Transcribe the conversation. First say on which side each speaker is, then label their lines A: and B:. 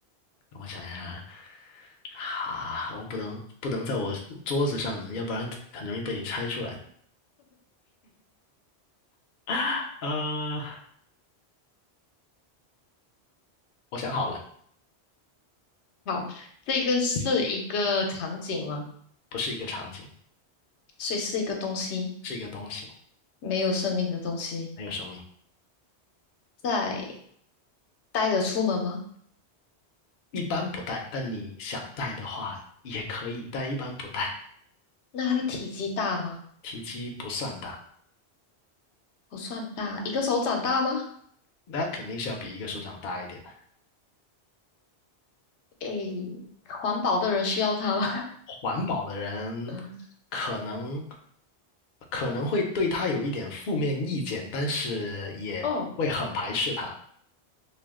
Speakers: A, on the left; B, on the left.
A: 我想一下，啊，我不能不能在我桌子上的，要不然很容易被你猜出来。<laughs> 呃，我想好了，
B: 好，这个是一个场景吗？
A: 不是一个场景，
B: 所以是一个东西，
A: 是一个东西，
B: 没有生命的东西。
A: 没有生命，
B: 在带着出门吗？
A: 一般不带，但你想带的话也可以，但一般不带，
B: 那它体积大吗？
A: 体积不算大，
B: 不算大，一个手掌大吗？
A: 那肯定是要比一个手掌大一点的。
B: 诶，环保的人需要它吗？
A: 环保的人
B: <laughs>
A: 可能可能会对他有一点负面意见，但是也不会很排斥他，
B: 哦，